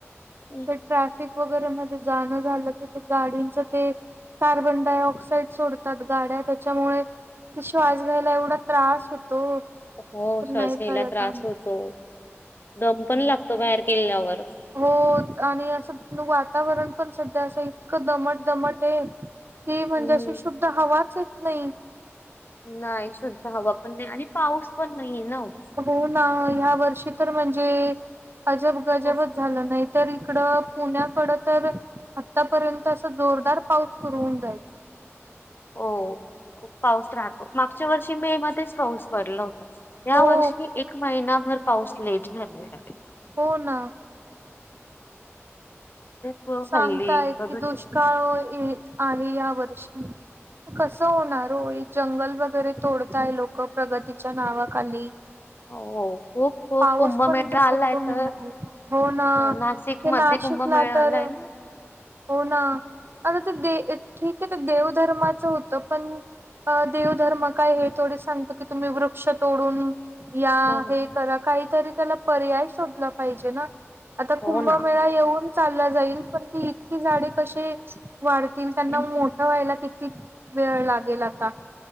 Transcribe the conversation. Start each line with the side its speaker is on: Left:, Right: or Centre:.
Left: हम्म.
Right: ते ट्रॅफिक वगैरे म जाणं झालं कि गाडींच ते कार बन. डाय ऑक्साईड सोडतात गाड्या त्याच्यामुळे ते श्वास घ्यायला एवढा त्रास होतो.
Left: हो
Right: तर
Left: श्वास
Right: नाही
Left: घ्याला
Right: खरं
Left: त्रास
Right: काम
Left: होतो दम पण लागतो बाहेर गेल्यावर.
Right: हो आणि असं वातावरण पण सध्या असं इतकं दमट दमट आहे. ती म्हणजे
Left: हम्म
Right: अशी शुद्ध हवाच येत नाही.
Left: नाही, शुद्ध हवा पण नाही आणि पाऊस पण नाहीे आहे ना ओ -
Right: हो ना ह्या वर्षी तर म्हणजे अजब गजबच
Left: खूप
Right: झालं नाही. तर इकडं पुण्याकडं तर आतापर्यंत असं जोरदार पाऊस सुरू होऊन जायचा.
Left: हो खुप पाऊस राहतो मागच्या वर्षी मे मध्येच पाऊस पडलं होता. या
Right: हो
Left: वर्षी एक महिनाभर पाऊस लेट झालेला आहे.
Right: हो ना.
Left: खूप
Right: सांगताय
Left: हल्ली
Right: की
Left: प्रदूषण
Right: दोष्ट काय होईल ओआणि या वर्षी कस होणार हो जंगल वगैरे तोडताय लोक प्रगतीच्या नावाखाली-
Left: हो खूप खूप
Right: पाऊस
Left: कुंभमेळा
Right: पण तर
Left: आलाय
Right: कुठून
Left: तर
Right: येणार हो ना
Left: नाशिक
Right: ते नाशिकला
Left: मध्ये कुंभ मेळा
Right: तर
Left: आलाय ना
Right: हो ना आता ते दे ठीक आहे ते देवधर्माचं होत पण आ देव धर्म काय हे थोडी सांगतत की तुम्ही वृक्ष तोडून- या
Left: हम्म,
Right: हे करा काहीतरी त्याला पर्याय शोधला पाहिजे ना आता
Left: हो
Right: कुंभमेळा
Left: ना
Right: येऊन चालला जाईल पण ती इतकी झाडे कशी वाढतील त्यांना
Left: हम्म,
Right: मोठं व्हायला किती वेळ लागेल आता-